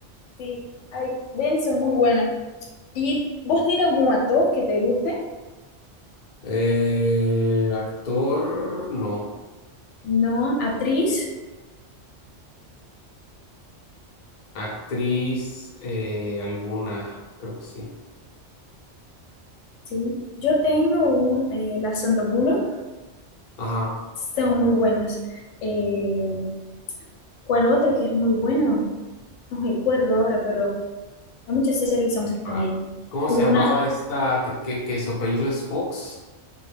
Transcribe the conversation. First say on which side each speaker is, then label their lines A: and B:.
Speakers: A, on the left (about 80°); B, on the left (about 45°).
A: Sí, ay, denso, muy buena. ¿Y vos tienes algún actor que te guste?
B: Eh, actor, no.
A: No, actriz,
B: Actriz, eh, alguna, creo que sí.
A: sí. Yo tengo un- eh, la Sandra Bullock,
B: Ajá.
A: son muy buenas. Eh, ¿cuál otro que es muy bueno? No recuerdo ahora, pero hay muchas series que son
B: Ah,
A: también.
B: ¿Cómo
A: U-
B: se llamaba
A: Una,
B: esta que, que, que su apellido es Fox?